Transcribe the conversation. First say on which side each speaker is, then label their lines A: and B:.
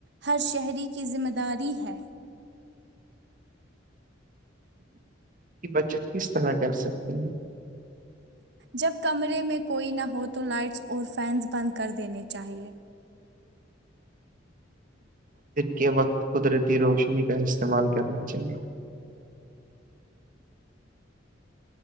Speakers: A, on the right (about 65°); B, on the right (about 45°).
A: ہر شہری کی ذمہ داری ہے
B: کی بچت کس طرح کر سکتے ہیں
A: جب کمرے میں کوئی نہ ہو تو لائٹس اور فینس بند کر دینے چاہیے
B: دن کے وقت قدرتی روشنی کا استعمال کرنا چاہیے